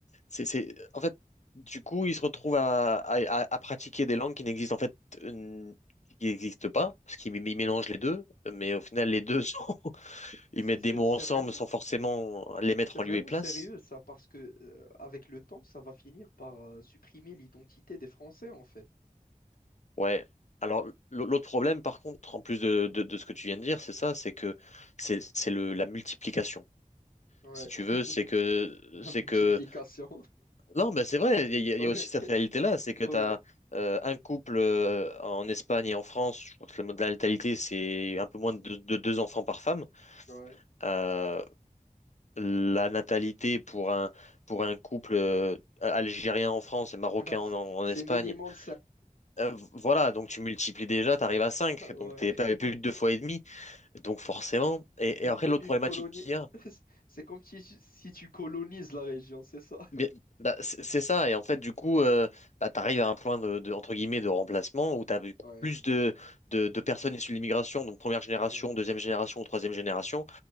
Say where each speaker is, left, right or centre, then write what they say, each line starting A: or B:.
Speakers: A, on the left; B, on the left.
A: c'est, c'est... En fait, du coup, ils se retrouvent à, à- à- à pratiquer des langues qui n'existent en fait, euh, qui n'existent pas, parce qu'ils ils mélangent les deux, mais
B: Ouais.
A: au final, les deux, sont- <laughs>
B: Mais
A: ils
B: c'est
A: mettent
B: c'est-
A: des mots
B: c'est
A: ensemble
B: vraiment,
A: sans forcément les mettre
B: c'est
A: en
B: vraiment
A: lieu et place.
B: sérieux ça, parce que euh, avec le temps, ça va finir par euh, supprimer l'identité des Français en fait.
A: Ouais. Alors, l- l'autre problème, par contre, en plus de, de- de ce que tu viens de dire, c'est ça, c'est que c'est c'est le, la multiplication.
B: Ouais.
A: Si tu veux,
B: <laughs>
A: c'est que,
B: La
A: c'est
B: multiplication.
A: que Non, mais c'est vrai, il y, a
B: <laughs> Ouais,
A: il y a aussi cette réalité-là, c'est que tu
B: ouais,
A: as un couple euh, en Espagne et en France, je crois que le mode de la natalité, c'est un peu moins de, de deux enfants par femme.
B: ouais.
A: Euh, la natalité pour un, pour un couple euh, algérien en France et marocain
B: Ah, c-
A: en, en- en
B: c'est
A: Espagne,
B: minimum
A: euh, voilà, donc tu multiplies déjà, tu arrives à cinq.
B: <laughs> 5.
A: donc tu n'es pas plus de deux fois et demi, donc forcément. Et,
B: Une,
A: et après,
B: co-
A: l'autre
B: une
A: problématique
B: colonie.
A: qu'il y a,
B: <laughs> C'est comme si, si tu colonises la région, c'est ça?
A: Mais, bah, c'est c'est ça, et en fait, du coup, euh, bah, tu arrives à un point de, de, entre guillemets, de remplacement où tu as
B: Ouais,
A: plus de, de, de personnes issues de l'immigration, donc première génération,
B: ouais,
A: deuxième génération ou troisième génération,